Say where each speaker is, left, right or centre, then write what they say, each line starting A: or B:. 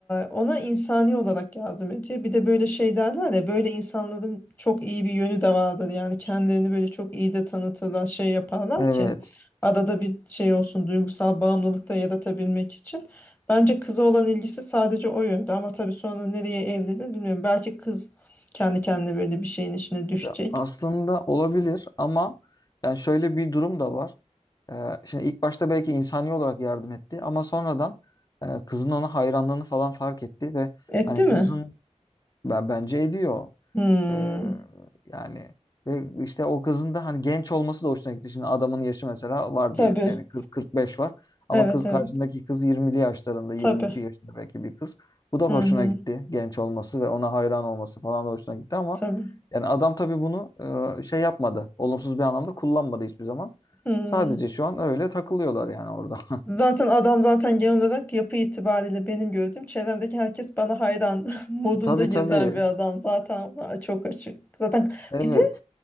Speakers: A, on the left; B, on the left.
A: ona insani olarak yardım ediyor. Bir de böyle şey derler ya böyle insanların çok iyi bir yönü de vardır. Yani kendilerini böyle çok iyi de tanıtırlar, şey yaparlar
B: evet.
A: ki arada bir şey olsun duygusal bağımlılık da yaratabilmek için. Bence kıza olan ilgisi sadece o yönde ama tabii sonra nereye evrilir bilmiyorum. Belki kız kendi kendine böyle bir şeyin içine düşecek.
B: Ya aslında olabilir ama yani şöyle bir durum da var. Ee, şimdi ilk başta belki insani olarak yardım etti ama sonradan e, kızın ona hayranlığını falan fark etti ve
A: Etti
B: hani kızın
A: mi?
B: ben bence ediyor.
A: Hmm,
B: Ee, yani ve işte o kızın da hani genç olması da hoşuna gitti. Şimdi adamın yaşı mesela var
A: tabii.
B: diyelim ki yani 40-45 var. Ama
A: Evet
B: kız
A: evet.
B: karşındaki kız 20'li yaşlarında 22
A: Tabii.
B: yaşında belki bir kız. Bu da hoşuna
A: Hı hı.
B: gitti. Genç olması ve ona hayran olması falan da hoşuna gitti ama
A: Tabii.
B: yani adam tabii bunu e, şey yapmadı. Olumsuz bir anlamda kullanmadı hiçbir zaman.
A: Hı.
B: Sadece şu an öyle takılıyorlar yani orada. <laughs>
A: Zaten adam zaten genel olarak yapı itibariyle benim gördüğüm çevremdeki herkes bana hayran <laughs> modunda
B: Tabii
A: gezen
B: tabii.
A: bir adam. Zaten ona çok açık. Zaten
B: Evet.
A: bir de